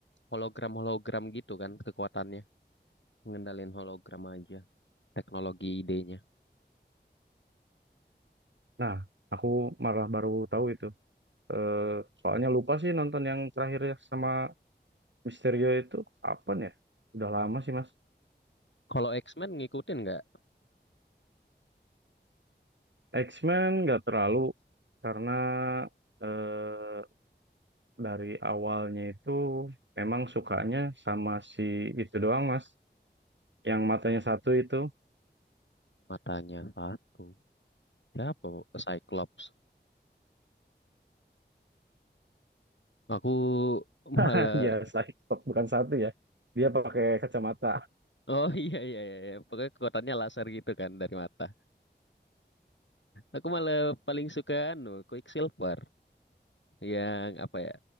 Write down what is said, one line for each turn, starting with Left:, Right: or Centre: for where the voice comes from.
Left: hologram hologram gitu kan kekuatannya ngendalin hologram aja teknologi idenya
Right: Nah, aku malah baru tahu itu. Eh, soalnya lupa sih nonton yang terakhir ya sama Misterio itu kapan ya? Udah lama sih, Mas.
Left: Kalau X-Men ngikutin nggak
Right: X-Men nggak terlalu karena eh, dari awalnya itu memang sukanya sama si itu doang, Mas. yang matanya satu itu
Left: matanya satu? Siapa? Cyclops. Aku <laughs>
Right: <laughs>
Left: malah
Right: ya stop bukan satu ya dia pakai kacamata
Left: oh iya iya iya iya. pokoknya kekuatannya laser gitu kan dari mata. Aku malah paling suka anu Quicksilver yang apa ya?